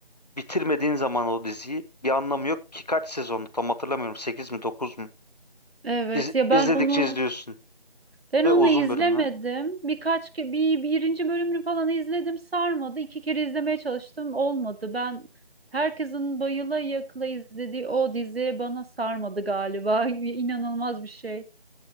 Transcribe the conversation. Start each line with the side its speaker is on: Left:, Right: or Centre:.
Left: Bitirmediğin zaman o diziyi bir anlamı yok ki kaç sezondu tam hatırlamıyorum 8 mi 9 mu?
Right: Evet
Left: İz,
Right: ya ben
Left: izledikçe
Right: onu
Left: izliyorsun
Right: Ben
Left: ve
Right: onu
Left: uzun
Right: izlemedim.
Left: bölümler.
Right: Birkaç ke bir birinci bölümünü falan izledim. Sarmadı. İki kere izlemeye çalıştım. Olmadı. Ben herkesin bayıla yakla izlediği o dizi bana sarmadı galiba. <laughs> İnanılmaz bir şey.